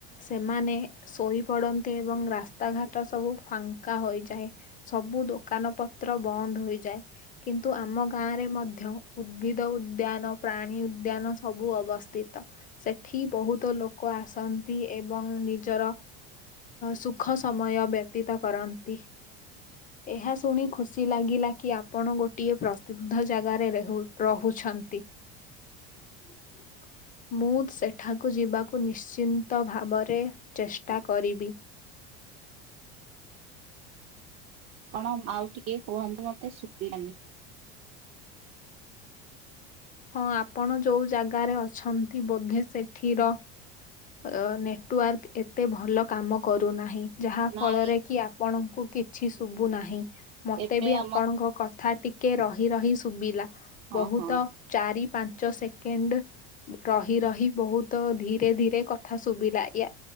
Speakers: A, on the left; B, on the right.
A: ସେମାନେ ଶୋଇ ପଡନ୍ତି ଏବଂ ରାସ୍ ରାସ୍ତା ଘାଟ ସବୁ ଫାଙ୍କା ହୋଇଯାଏ। ସବୁ ଦୋକାନ ପତ୍ର ବନ୍ଦ ହୋଇଯାଏ। କିନ୍ତୁ ଆମ ଗାଁରେ ମଧ୍ୟ ଉଦ୍ଭିଦ ଉଦ୍ୟାନ, ପ୍ରାଣୀ ଉଦ୍ୟାନ ସବୁ ଅବସ୍ଥିତ। ସେଠି ବହୁତ ଲୋକ ଆସନ୍ତି, ଏବଂ ନିଜର ସୁଖ ଖ ସମୟ ବ୍ୟତୀତ କରନ୍ତି। ଏହା ଶୁଣି ଖୁସି ଲାଗିଲା କି ଆପଣ ଗୋଟିଏ ପ୍ରସିଦ୍ଧ ଜାଗାରେ ରହୁଛନ୍ତି। ହ ହ ମୁଁ ସେଠାକୁ ଯିବାକୁ ନିଶ୍ଚିନ୍ତ ଭାବରେ ଚେଷ୍ଟା କରିବି।
B: କଣ ଆଉ ଟିକେ କୁହନ୍ତୁ ମତେ ଶୁବିଲାନି।
A: ହଁ ଆପଣ ଯୋଉ ଜାଗାରେ ଅଛନ୍ତି ବୋଧେ ସେଠିର ଅ ନେଟୱାର୍କ ଏତେ ଭଲ କାମ କରୁନାହିଁ ଯାହା ଫଳରେ
B: ନାଇଁ
A: କି ଆପଣଙ୍କୁ କି କିଛି ଶୁଭୁ ନାହିଁ। ମତେ
B: ଏବେ
A: ବି ଆପଣଙ୍କ
B: ଆମ
A: କଥା ଟିକେ ରହି ରହି ଶୁଭିଲା।
B: ହଁ
A: ବହୁତ
B: ହଁ
A: ଚାରି ପାଞ୍ଚ ସେକେଣ୍ଡ ରହି ରହି ବହୁତ ଧୀରେ ଧୀରେ କଥା ଶୁଭିଲା ୟା